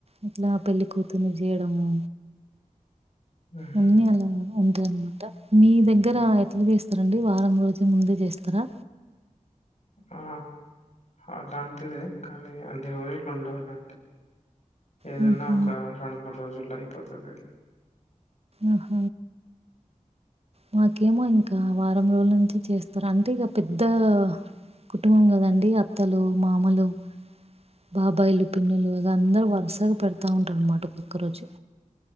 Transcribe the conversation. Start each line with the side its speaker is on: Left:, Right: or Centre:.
Right: అట్లా పెళ్లి కూతుర్ని చేయడము.
Left: ఊహు
Right: అన్నీ అలా ఉంటదన్మాట. మీ దగ్గర ఎట్ల చేస్తరండి, వారం రోజుల ముందే చేస్తరా.
Left: ఆ అలాంటిదే కానీ అన్ని రోజులు ఉండవు లేండి. ఏదన్నా
Right: హుహు.
Left: ఒక రెండు మూడు రోజుల్లో అయిపోతది.
Right: ఆహ మాకేమో ఇంకా వారం రోజుల నుంచి చేస్తరు అంటే ఇగ పెద్దా కుటుంబం కదండి అత్తలు, మామలు బాబాయిలు, పిన్నులు ఇగ అందరు వరుసగా పెడతా ఉంటారు అనమాట ఒక్కొక్క రోజు.